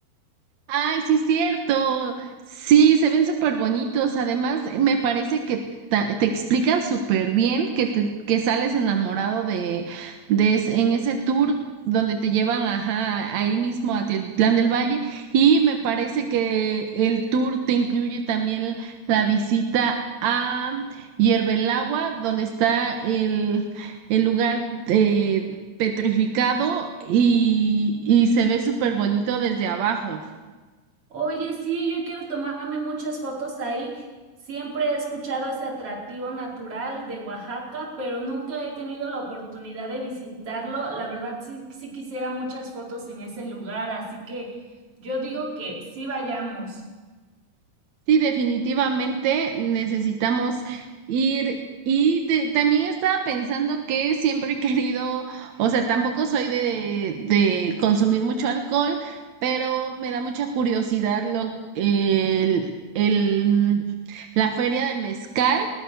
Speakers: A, on the right; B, on the right.
A: Ay, sí, cierto. Sí, se ven súper bonitos. Además, me parece que ta- te explican súper bien que, te, que sales enamorado de, de es- en ese tour donde te llevan, ajá, ahí mismo a Teotitlán del Valle. Y me parece que el tour te incluye también la visita a Hierbelagua, donde está el, el lugar eh, petrificado y, y se ve súper bonito desde abajo.
B: Oye, sí, yo quiero tomarme muchas fotos ahí. Siempre he escuchado ese atractivo natural de Oaxaca, pero nunca he tenido la oportunidad de visitarlo. La verdad, sí, sí quisiera muchas fotos en ese lugar, así que yo digo que sí vayamos.
A: Sí, definitivamente necesitamos ir. Y te- también estaba pensando que siempre he querido, o sea, tampoco soy de, de consumir mucho alcohol, pero me da mucha curiosidad lo, el, el, la feria del mezcal,